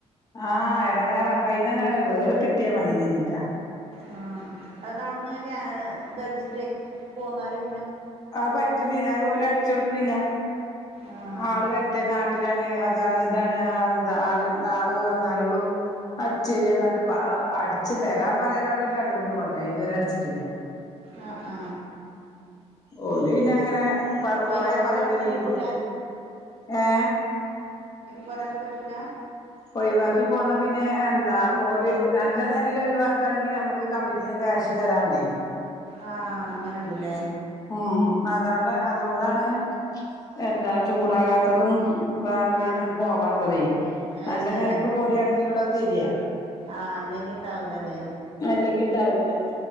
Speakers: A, on the left (about 30°); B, on the right (about 55°).
A: ആഹ് എടങ്ങാറ അപ്പ അയിന്ന തന്നെ വേറ തതിട്ടിയ മതിറ്റാ
B: ആ അവിടുന്ന്െ അടിച്ച്ട്ട് പോന്നാലും
A: അത് പറ്റുന്ന അത് പോലെ അടിച്ച കൊടുക്കണില്ല
B: ആഹ്
A: ആള് പറ്റേ നാട്ടിലാണ് അതാണ് ഇതാണ് എന്താ ആ ആള് വന്നാലളൂ അത് ശരിയ എന്നി് അടിച്ചു തരാൻ പറയൽ തൊടങ്ങി ട്ട്രണ്ടുമൂന്ന് രണ്ട് മൂന്ന് കൊല്ലായിപറഞ്ഞില്ലേ ഇതുവരെ അട
B: ആ ആ
A: ഓല ഇനി അങ്ങനെ
B: ഒഴിവാക്കി
A: കൊറ പറയുമ്പോ
B: പോരാനും
A: ലീവ്
B: പറ്റൂല
A: ഏ
B: പറയാന് പറ്റൂല
A: ഒഴിവാക്കി പോന്ന പിന്നെ എന്താ ഓല് നല്ല നിലയിൽ ഒഴിവാക്കുകയാണെങ്കിൽ നമ്മുക്ക് കമ്പനീ കൃഷ് കേറാണ്ട്
B: ആഅങ്ങനെ ഉണ്ടല്ലേ
A: ഉം അതൊണ്ട് അതുകൊണ്ടാണ് എന്താ ചൂടാകാത്തതും വേറെല്ലനും
B: ആഹ്
A: ഒന്നും പോവാത്തതേ
B: അത്
A: നല്ല
B: ശരിയാ
A: നിലക്ക് പോരയാണെങ്കിലള്ള തരിയാ
B: ആഹ് അല്ലെങ്കി ഇണ്ടാവൂലല്ലേ
A: അല്ലെങ്കി ഉണ്ടാവൂല